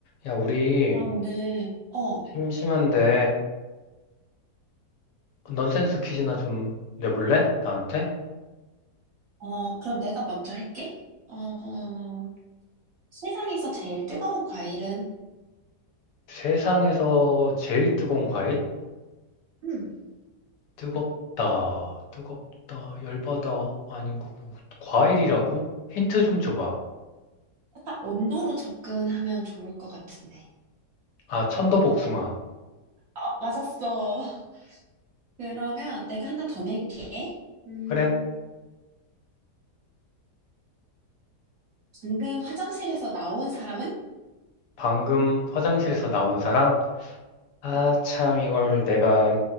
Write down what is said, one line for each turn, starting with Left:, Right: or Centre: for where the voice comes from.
Left: 야, 우리
Right: 아, 오늘, 어,
Left: 심심한데 넌센스 퀴즈나 좀 내볼래? 나한테?
Right: 어, 그럼 내가 먼저 할게. 어, 세상에서 제일 뜨거운 과일은?
Left: 세상에서 제일 뜨거운 과일?
Right: 음,
Left: 뜨겁다, 뜨겁다, 열받아. 아니고 뭐, 과일이라고? 힌트 좀 줘봐.
Right: 약간 온도로 접근하면 좋을 것 같은데.
Left: 아, 천도복숭아.
Right: 어, 맞았어. <laughs> 그러면 내가 하나 더 낼게. 음,
Left: 그래?
Right: 방금 화장실에서 나온 사람은?
Left: 방금 화장실에서 나온 사람? 아,
Right: 응.
Left: 참 이걸 내가